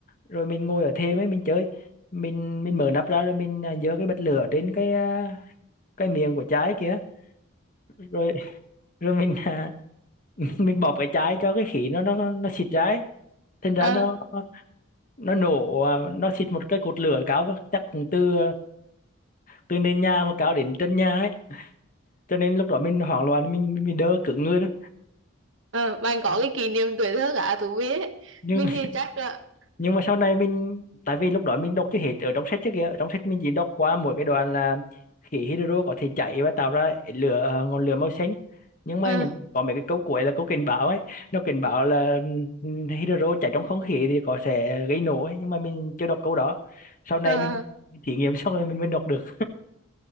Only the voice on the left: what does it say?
rồi mình ngồi ở thêm ấy mình chơi mình mình mở nắp ra rồi mình à, giơ cái bật lửa trên cái à, cái miệng của chai kia rồi rồi mình à, <laughs> mình bóp cái chai cho cái khí nó nó nó xịt ra ấy. thành ra
nó nó nổ à, nó xịt một cái cột lửa cao chắc cũng từ từ nền nhà mà cao đến chân nhà ấy cho nên lúc đó mình hoảng loạn mình mình, mình đỡ cứng người lắm.
nhưng
nhưng
mà sau này mình tại vì lúc đó mình đọc chưa hết ở trong sách trước kia ở trong sách mình chỉ đọc qua mỗi cái đoạn là khí hydro có thể cháy và tạo ra lửa à, ngọn lửa màu xanh nhưng mà
những có mấy cái câu cuối là câu cảnh báo ấy nó cảnh báo là ừ, hydro cháy trong không khí thì có sẽ gây nổ ấy nhưng mà mình chưa đọc câu đó sau này
mình thí nghiệm xong rồi mình mới đọc được